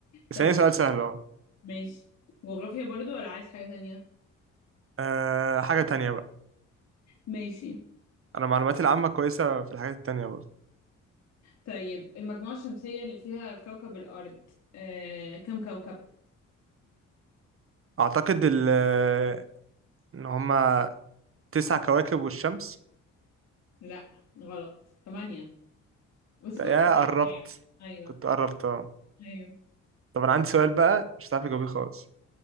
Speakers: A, on the right (about 45°); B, on the left (about 60°).
A: اسألني
B: طب
A: سؤال سهل اهو
B: ماشي جغرافيا برضو ولا عايز حاجة تانية
A: أه حاجة تانية بقى
B: ماشي
A: انا معلوماتي العامة كويسة في الحاجات التانية برضه
B: طيب المجموعة الشمسية اللي فيها كوكب الارض آه، كم كوكب
A: اعتقد ال- آه، ان هما تسع كواكب والشمس
B: لا غلط ثمانية بس
A: طيب،
B: كنت
A: يا
B: غلط
A: قربت
B: يعني ايوه
A: كنت قربت اه
B: ايوه
A: طب انا عندي سؤال بقى مش هتعرف تجاوبيه خالص